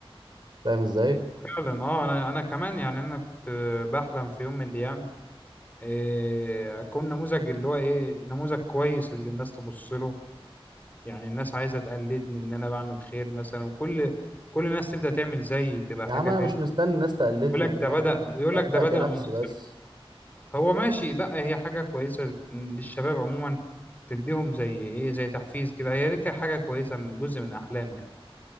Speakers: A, on the right; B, on the left.
A: فاهم ازاي
B: فعلا اه انا انا كمان يعني انا كنت بحلم في يوم من الايام إيه، اكون نموذج اللي هو ايه نموذج كويس اللي الناس تبص له يعني الناس عايزة تقلدني ان انا بعمل خير مثلا وكل كل الناس تبدأ تعمل زيي تبقى
A: يا
B: حاجة
A: عم انا
B: حلوة
A: مش مستني الناس تقلدني
B: يقول لك
A: انا
B: ده بدأ ويقول
A: ببدأ
B: لك ده بدأ
A: بنفسي
B: من الصفر
A: بس
B: هو ماشي لا هي حاجة كويسة للشباب عموما تديهم زي ايه زي تحفيز كده هي دي كانت حاجة كويسة من جزء من احلامي يعني.